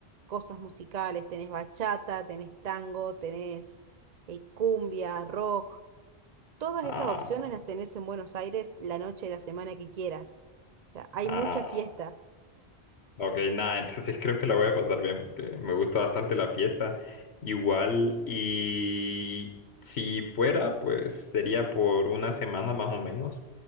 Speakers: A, on the right; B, on the left.
A: cosas musicales, tenés bachata, tenés tango, tenés eh, cumbia, rock, todas
B: Ah,
A: esas opciones las tenés en Buenos Aires la noche de la semana que quieras. O sea, hay
B: ah,
A: mucha fiesta.
B: ok, nada, <laughs> entonces creo que la voy a pasar bien porque me gusta bastante la fiesta. Igual, y si fuera, pues sería por una semana más o menos.